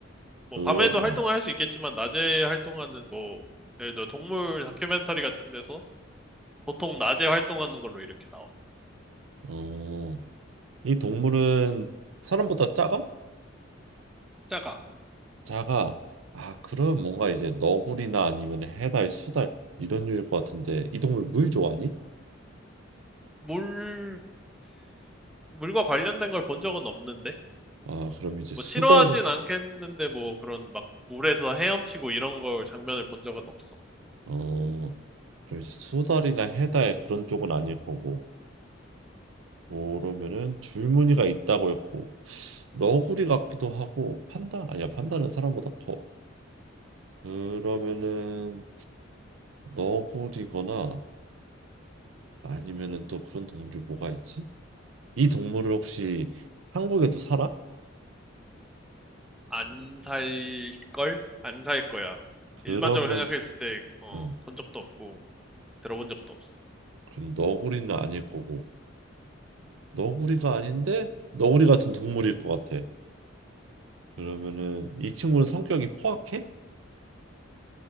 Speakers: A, in the centre; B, on the right.
A: 뭐,
B: 그러면
A: 밤에도 활동할 수 있겠지만, 낮에 활동하는 뭐, 예를 들어 동물 다큐멘터리 같은 데서 보통 낮에 활동하는 걸로 이렇게 나와.
B: 어, 이 동물은 사람보다 작아?
A: 작아.
B: 작아. 아, 그럼 뭔가 이제 너구리나 아니면 해달, 수달 이런 류일 것 같은데 이 동물 물 좋아하니?
A: 물에, 물과 관련된 걸 본 적은 없는데?
B: 아, 그럼 이제
A: 뭐
B: 수달
A: 싫어하진 않겠는데 뭐 그런 막 물에서 헤엄치고 이런 걸 장면을 본 적은 없어.
B: 어, 그럼 이제 수달이나 해달 그런 쪽은 아닐 거고 그러면은 줄무늬가 있다고 했고 너구리 같기도 하고 판다 아니야 판다는 사람보다 커 그러면은 너구리거나 아니면은 또 그런 동물이 뭐가 있지? 이 동물을 혹시 한국에도 살아?
A: 안 살 걸? 안 살 거야.
B: 그러면
A: 일반적으로 생각했을 때, 어,
B: 응,
A: 본 적도 없고, 들어본 적도 없어.
B: 그럼 너구리는 아닐 거고 너구리가 아닌데 너구리 같은 동물일 것 같아 그러면은 이 친구는 성격이 포악해?